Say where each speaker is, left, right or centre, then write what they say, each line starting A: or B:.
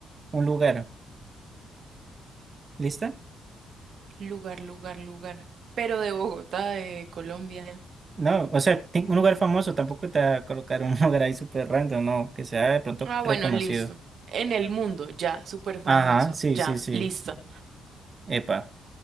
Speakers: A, on the right; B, on the right.
A: un lugar. ¿Lista?
B: Lugar, lugar, lugar. Pero de Bogotá, de Colombia.
A: No, o sea, ti- un lugar famoso, tampoco te va a colocar un <laughs> lugar ahí súper random, no, que sea de pronto
B: Ah, bueno,
A: reconocido.
B: listo. En el mundo, ya, súper famoso,
A: Ajá, sí,
B: ya,
A: sí, sí.
B: listo.
A: Epa.